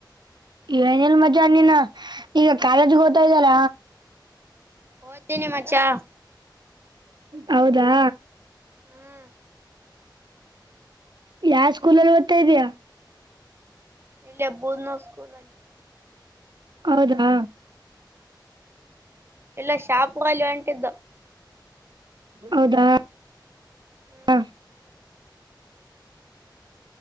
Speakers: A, on the right; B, on the right.
A: ಏನಿಲ್ ಮಜ ನೀಿನ ಈಗ ಕಾಲೇಜ್ಗೆ ಹೋಗ್ತಾ ಇದ್ದಾರ
B: ಓತಿನಿ ಮಚಾ.
A: ಹೌದಾ.
B: ಹ್ಮ್.
A: ಯಾವ ಸ್ಕೂಲಲ್ಲಿ ಓದ್ತಾ ಇದ್ಯಾ.
B: ಇಲ್ಲಿ ಹಬ್ಬೋದ್ ನಾವ್ ಸ್ಕೂಲ್ ಅಲ್ಲಿ.
A: ಹೌದಾ.
B: ಎಲ್ಲ ಶಾಪಗಾಲ ಅಂಟಿದ್ದು.
A: ಹೌದಾ
B: ಹ್ಮ್
A: ಹ.